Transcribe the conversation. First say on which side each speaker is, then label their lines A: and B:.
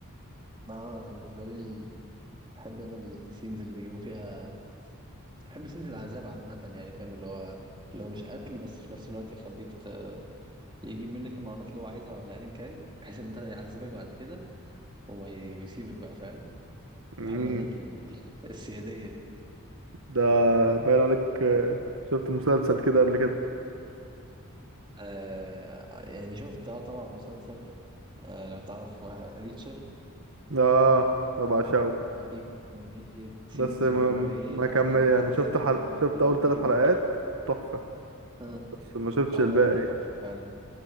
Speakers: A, on the right (about 20°); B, on the right (about 65°).
A: اه انا بالنسبه لي ال... بحب انا السينز اللي بيجيبوا فيها بحب سينز العذاب عامه يعني فاهم اللي هو اللي هو مش قتل بس في نفس الوقت يخليك يجيب منك المعلومات اللي هو عايزها ولا ايا كان بحيث ان انت يعذبك بعد كده وما ي... ويسيبك بقى فاهم
B: امم
A: بحب انا ال... <laughs> السيادية دي
B: ده باين عليك آه، شفت مسلسل كده قبل كده
A: آه يعني شفت اه طبعا مسلسل آه لو تعرف آه، ريتشر
B: اه انا بعشقه
A: هو في كمية سينز
B: بس ما
A: اللي هو ايه
B: ما
A: تعالى
B: كمل
A: نعذبك
B: يعني شفت حلقة
A: ونكسر
B: شفت
A: لك
B: اول ثلاث
A: ايدك
B: حلقات تحفة
A: اه
B: بس ما شفتش
A: اه
B: الباقي
A: لا لا تحفة فعلا